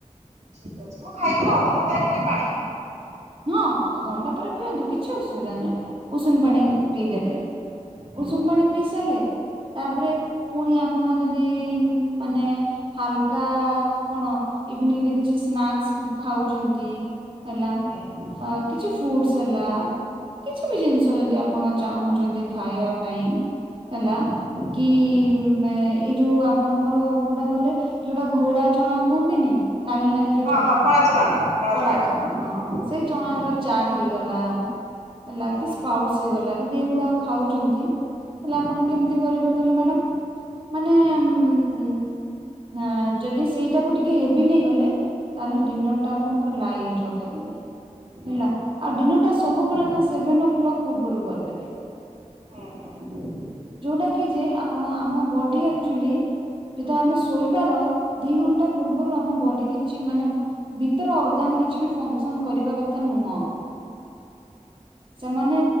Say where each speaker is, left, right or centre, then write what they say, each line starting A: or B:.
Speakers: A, on the right; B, on the right.
A: ଠିକ୍ ଅଛି। ମୁଁ ଖାଇବାର ଅଧଘଣ୍ଟାଏ ପରେ ପାଣି ପିଏ।
B: ହଁ ଅଧଘଣ୍ଟା ପରେ ପିଅନ୍ତୁ କିଛି ଅସୁବିଧା ନାହିଁ
A: ହୁଁ ହୁଁ
B: ଉଷୁମ ପାଣି ପିଇଦେବେ।
A: ହୁଁ
B: ଉଷୁମ ପାଣି ପିଇସାରିଲେ ତାପରେ ପୁଣି ଆପଣ ଯଦି ମାନେ ହାଲକା କଣ ଇଭିନିଂରେ କିଛି ସ୍ନାକ୍ସ ଖାଉଛନ୍ତି। ହେଲା
A: ହୁଁ ହୁଁ
B: ଅ କିଛି ଫ୍ରୁଟ୍ସ ହେଲା। କିଛି
A: ହୁଁ
B: ବି ଜିନିଷ ଯଦି ଆପଣ ଚାହୁଁଛନ୍ତି ଖାଇବା ପାଇଁ ହେଲା।
A: ହୁଁ
B: କି
A: ହୁଁ
B: ଏଇ ଯୋଉ ଆପଣଙ୍କର କୋଉଟା କହିଲେ? ଯୋଉଟା ଘୋଡ଼ା ଚଣା କୁହନ୍ତିନି ନାଲି ନାଲି ଯୋଉ
A: ହଁ
B: ଚଣା
A: ହଁ କଳା ଚଣାଟା
B: କଳା
A: ଚଣାଟା
B: ଚଣା ହଁ
A: ହୁଁ
B: ଚଣାର
A: ହୁଁ
B: ଚାଟ ହେଇଗଲା। ହେଲା
A: ହୁଁ
B: କି
A: ହୁଁ
B: ସ୍ପାଉଟସ ହେଇଗଲା ଯଦି ଏଇଗୁଡା ଖାଉଛନ୍ତି। ତାହଲେ ଆପଣ
A: ହୁଁ
B: କେମିତି କରିବେ କହିଲେ ମ୍ୟାଡାମ ମାନେ
A: ହୁଁ
B: ଉମ ହଁ ଯଦି ସେଇଟାକୁ ଟିକେ ହେବ ନେଇ ଗଲେ ତାହେଲେ ଡିନରଟା ଆପଣ ପୁରା ଲାଇଟ୍ ରଖିଦେବେ।
A: ହୁଁ
B: ହେଲା
A: ହୁଁ
B: ଆଉ ଡିନର ଟା ସବୁବେଳେ
A: ହୁଁ
B: ନା ସେଭେନ ଓକ୍ଲକ୍ ପୂର୍ବରୁ କରିଦେବେ।
A: ହଁ
B: ଯୋଉଟା କି ଯେ ଆପଣ ଆମ ବଡି ଆକ୍ଟୁଆଲୀ ଯେତେବେଳେ ଆମେ ଶୋଇବାର
A: ହୁଁ
B: ଦି ଘଣ୍ଟା ପୂର୍ବରୁ ଆମ ବଡି କିଛି ମାନେ ଭିତର ଅର୍ଗାନ କିଛି ବି ଫଙ୍କସନ୍ କରିବା କଥା ନୁହଁ ସେମାନେ